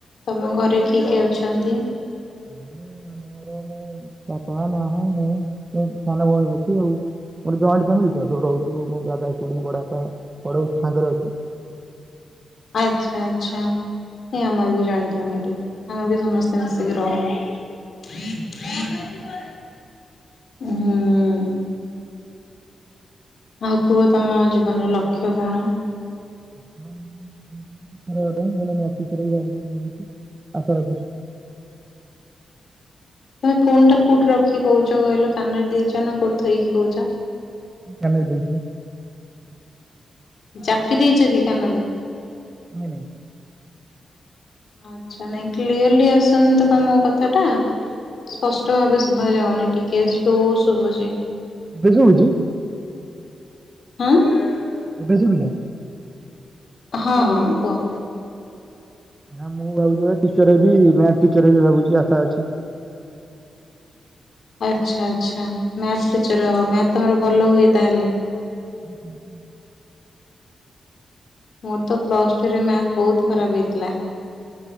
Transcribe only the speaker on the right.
<unintelligible> ମୋର-ଅ-ଅ-ଅ ବାପା, ମା, ମୁଁ, ସାନ ବି ଅଛି ଆଉ। ଗୋଟେ ଜଏଣ୍ଟ ଫ୍ୟାମିଲି ତ ସବୁ ରହୁଛୁ ଦାଦା, ଖୁଡୀ, ବଡା ବାପା, ବଡ଼ ବୋଉ ସାଙ୍ଗରେ ଅଛୁ।
<unintelligible> ଆଶା ରଖିଛି।
କାନ ରେ ଦେଇଛି ବା।
ନାଇ ନାଇଁ।
ଏବେ ଶୁଭୁଛି?
ଏବେ ଶୁଭିଲା?
ନା ମୁଁ ଭାବୁଛି ଗୋଟେ ଟିଚର୍ ହେବି ମ୍ୟାଥ୍ ଟିଚର ହେବି ଭାବୁଛି ଆଶା ଅଛି।
ହୁଁ ହୁଁ।